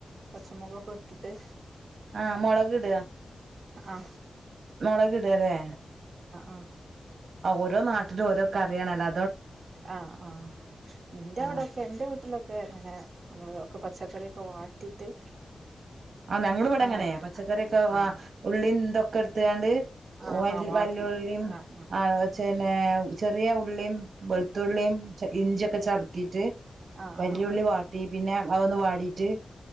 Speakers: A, on the right; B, on the right.
A: പച്ചമൊകൊക്കെ ഇട്ടിട്ട്
B: ആഹ് മുളകിട
A: അഹ്
B: മുളകിട ലെ
A: ആഹ്
B: ആ ഓരോ നാട്ടിലും ഓരോ കറിയാണ് അല്ലാ
A: ആ ആ എന്റെ
B: ആഹ്
A: അവിടെക്കെ എൻ്റെ വീട്ടിലൊക്കെ അങ്ങനെ നമ്മളക്കെ പച്ചക്കറിയൊക്കെ വാട്ടിട്ട്
B: ആ ഞങ്ങള് ഇവടെങ്ങനെയാ.
A: അങ്ങനെ വെക്ക
B: പച്ചക്കറിയൊക്കെ വാ
A: ആഹ്
B: ഉള്ളിന്തൊ കെടുത്ത് ത്താണ്ട്
A: ആഹ്
B: വല്യ
A: ആഹ് വാട്ടിട്ട്
B: വല്യുള്ളിയും
A: ആഹ്
B: ആഹ് ചേന വേ ചെറിയ ഉള്ളിയും വെളുത്തുള്ളിയും ഇഞ്ചിയൊക്കെ ചതിക്കീട്ട്
A: ആഹ്
B: വല്യുള്ളി
A: ആഹ്
B: വാട്ടി പിന്നെ അതൊന്ന് വാടിട്ട്